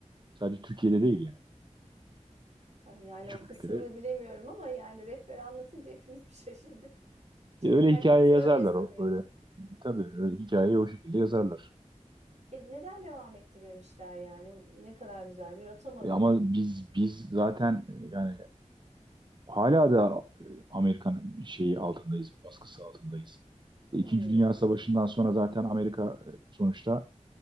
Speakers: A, on the right; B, on the right.
A: Sadece Türkiye'de değil yani.
B: ha, yani
A: Birçok
B: o kısmını
A: ülkede.
B: bilemiyorum ama yani rehber anlatınca hepimiz bir şaşırdık. Çünkü
A: E, öyle
B: herkes
A: hikaye yazarlar
B: öyle sanıyordu.
A: o öyle. Tabii öyle hikayeyi o şekilde yazarlar.
B: E, neden devam ettirmemişler yani? Ne kadar güzel bir otomobil.
A: E, ama biz biz zaten e, yani hala da e, Amerika'nın şeyi altındayız, baskısı altındayız. E, İkinci
B: Hmm,
A: Dünya Savaşı'ndan sonra zaten Amerika e, sonuçta